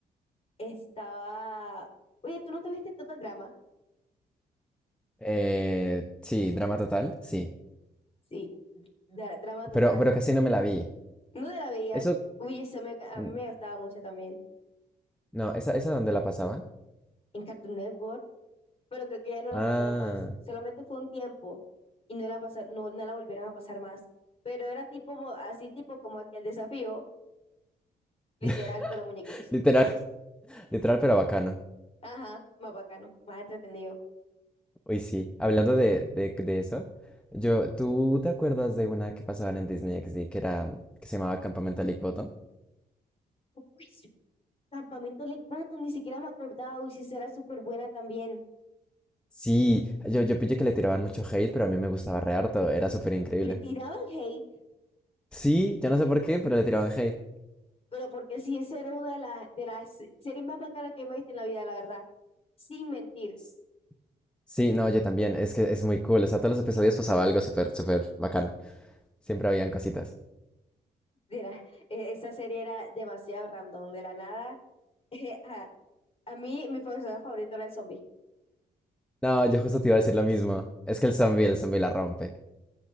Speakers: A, on the left (about 35°); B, in the centre.
A: estaba, oye, ¿tú no te viste Total Drama?
B: Eh, sí, drama total, sí.
A: Sí, dra- drama total.
B: Pero, pero casi no me la vi.
A: ¿No te la veías?
B: Eso,
A: Uy, eso me- a
B: mm,
A: mí me gustaba mucho también.
B: no, esa, esa donde la pasaban.
A: En Cartoon Network. pero creo que ya no
B: Ah,
A: la pasaron más. Solamente fue un tiempo y no la pasaron, no, no la volvieron a pasar más. Pero era tipo, mo- así tipo como aquel desafío, literal,
B: <laughs>
A: pero muñequitos.
B: literal, literal, pero bacano.
A: Ajá, más bacano, más entretenido.
B: Uy, sí, hablando de, de, de eso, yo, ¿tú te acuerdas de una que pasaban en Disney XD que era, que se llamaba Campamento Lake Bottom?
A: Uy, sí, Campamento Lake Bottom, ni siquiera me acordaba, uy, sí, esa era súper buena también.
B: Sí, yo, yo pillé que le tiraban mucho hate, pero a mí me gustaba re harto, era súper increíble.
A: Le tiraban hate,
B: Sí, yo no sé por qué, pero le tiraban hate.
A: pero porque sí, esa era una de las, de las series más bacanas que me he visto en la vida, la verdad. Sin mentir,
B: S- Sí, no, yo también, es que es muy cool, o sea, todos los episodios pasaba algo súper, súper bacano, siempre habían cositas.
A: de la, e- esa serie era demasiado random, de la nada. <laughs> ajá. A mí, mi personaje favorito era el zombie.
B: No, yo justo te iba a decir lo mismo, es que el zombie, el zombie la rompe.